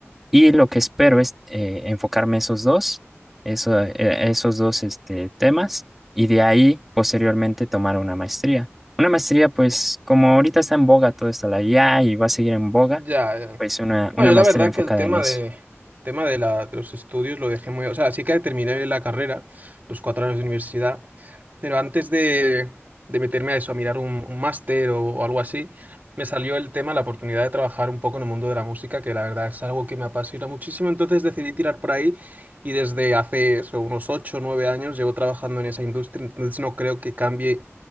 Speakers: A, in the centre; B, on the right.
A: Y lo que espero es eh, enfocarme esos dos, eso, eh, esos dos este, temas, y de ahí posteriormente tomar una maestría. Una maestría, pues como ahorita está en boga todo está la IA y va a seguir en boga,
B: Ya, ya.
A: pues una,
B: No,
A: una
B: yo
A: maestría
B: la verdad
A: enfocada
B: que el tema
A: en eso.
B: de tema de la, de los estudios lo dejé muy, o sea, sí que terminé la carrera, los cuatro años de universidad, pero antes de, de meterme a eso, a mirar un, un máster o, o algo así, me salió el tema, la oportunidad de trabajar un poco en el mundo de la música, que la verdad es algo que me apasiona muchísimo, entonces decidí tirar por ahí y desde hace eso, unos ocho o nueve años llevo trabajando en esa industria, entonces no creo que cambie